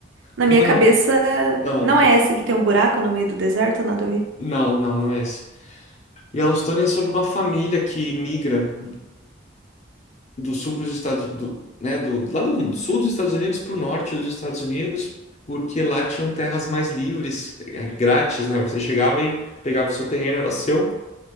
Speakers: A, on the right (about 85°); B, on the left (about 35°).
A: Na
B: Não,
A: minha cabeça,
B: não, não.
A: não é
B: esse-
A: esse que tem um buraco no meio do deserto, nada a ver.
B: Não, não, não é esse. Yellowstone é sobre uma família que migra do sul para os Estados do, né, do lá do sul dos Estados Unidos para o norte dos Estados Unidos, porque lá tinham terras mais livres, é, grátis, né? Você chegava e pegava o seu terreno, era seu.